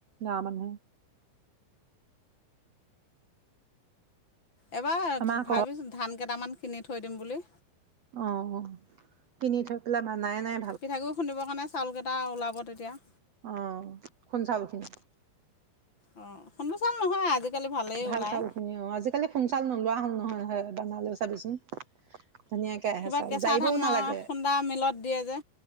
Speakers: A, on the right; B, on the left.
A: গাঁও মানুহে
B: এবাৰ
A: আমাৰ আকৌ
B: ভাবিছো ধান কেইটামান কিনি থৈ দিম বুলি
A: অঁ কিনি থৈ পেলাই ভাল বানাই নাই
B: পিঠাগুৰি খুন্দিবৰ কাৰণে চাউলকেইটা ওলাব তেতিয়া
A: অঁ খুন্ড চাউল খিনি
B: অঁ খুন্ধু চাউল নহয়। আজিকালি ভালেই
A: ভাল
B: ওলায়
A: চাউল খিনি অ আজিকালি খুন্দু চাউল নোলোৱা হ'ল। নহয় হয় বনালেও চাবিচোন ধুনীয়াকে আহে
B: কিবা
A: চাউল
B: কেঁচা
A: যায়িবও
B: ধান মা
A: নালাগে
B: খুন্দা মিলত দিয়ে যে